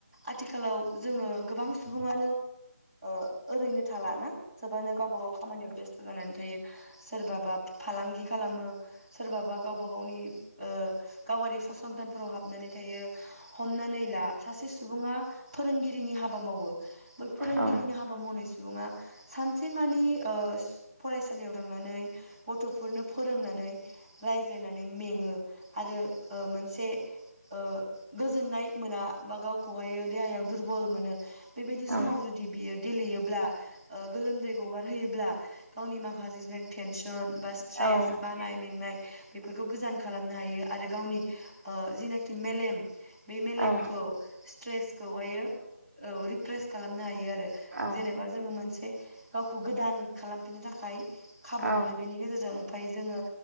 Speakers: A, on the right (about 30°); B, on the right (about 85°).
A: आथिखालाव जोङो गोबां सुबुङानो ओ ओरैनो थाला ना सोबानो गावबा गाव खामानियाव बेस्थ जानानै थायो सोरबाबा फालांगि खालामो। सोरबाबा गावबा गावनि ओ गावारि फसं संथानफोराव हाबनानै थायो हमनानै ला सासे सुबुंआ फोरोंगि गिरिनि हा बा मावो बै फोरोंगिरिनि
B: औ
A: हाबा मावनाय सुबुङा सानसे मानि ओ ओस फरायसालियाव थांनानै गथ'फोरनो फोरोंनानै रायज्लायनानै मेङो। आरो ओ मोनसे ओ गोजोननाय मोना बा गावखौहायो देहायाव दुरबल मोनो बेबायदि
B: औ
A: समाव जुदि बियो गेलेयो ब्ला। ओ गोलोमदै गगारहोयोब्ला गावनि माखा <unintelligible> टेनसन बा स्ट्रेस
B: औ
A: बानाय मेंनाय बेफोरखौ गोजान खालामनो हायो आरो गावनि ओ जिनाखि मेलेम बे मेलेमखौ
B: औ
A: स्ट्रेसखौहायो औ रिप्रेस खालामनो हायो आरो
B: औ
A: जेनेबा जोङो मोनसे गावखौ गोदान खालामफिननो थाखाय खाबु
B: औ
A: मोनो बेनि गेजेरजों फाय जोङो